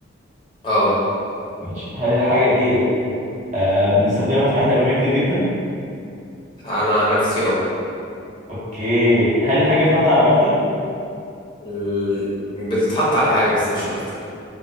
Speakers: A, on the left; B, on the right.
A: اه
B: ماشي هل الحاجه ديت آه بنستخدمها في حياتنا اليوميه كتير جدا
A: أنا عن نفسي اه
B: اوكي هل الحاجة اتحط على مكتب؟
A: ال- بتتحط على حاجة بس مش مكتب